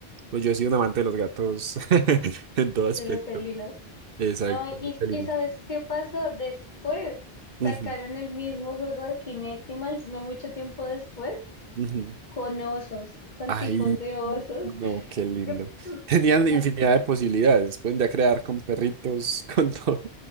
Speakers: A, on the right; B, on the left.
A: Pues yo he sido un amante de los gatos <laughs> en todo
B: de
A: aspecto.
B: los felinos.
A: Exacto.
B: No, y,
A: Qué lindo.
B: y ¿sabes qué pasó? Después
A: Ujú,
B: sacaron el mismo juego de Kinectimals, no mucho tiempo después,
A: ujú.
B: con osos, con
A: Ay,
B: tipos de osos.
A: no, qué lindo.
B: <laughs>
A: <laughs> Tenían infinidad de posibilidades. Pueden ya crear con perritos, <laughs> con todo.